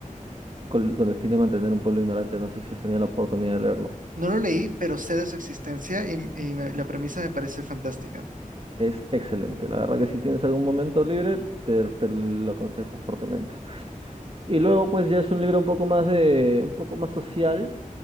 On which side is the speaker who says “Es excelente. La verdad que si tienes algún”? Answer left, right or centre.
Right